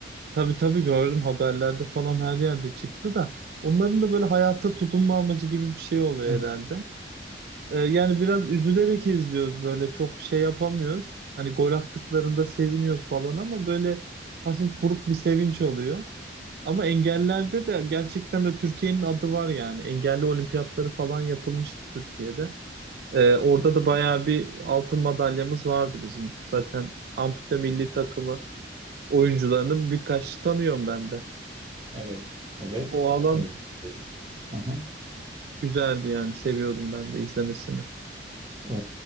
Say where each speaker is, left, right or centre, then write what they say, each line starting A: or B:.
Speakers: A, on the right (about 55°); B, on the right (about 30°).
A: Tabii tabii gördüm haberlerde falan her yerde çıktı da onların da böyle hayata tutunma amacı gibi bir şey oluyor
B: Hı.
A: herhalde. Ee, yani biraz üzülerek izliyoruz böyle çok şey yapamıyoruz. Hani gol attıklarında seviniyoruz falan ama böyle hafif buruk bir sevinç oluyor. Ama engellerde de gerçekten de Türkiye'nin adı var yani. Engelli olimpiyatları falan yapılmıştı Türkiye'de. Ee, orada
B: Kesin.
A: da bayağı bir altın madalyamız vardı bizim. Zaten ampute milli takımı oyuncularını birkaç tanıyorum ben de.
B: Evet, evet.
A: O alan
B: Ee, aha.
A: güzeldi yani seviyordum ben de izlemesini.
B: Ee,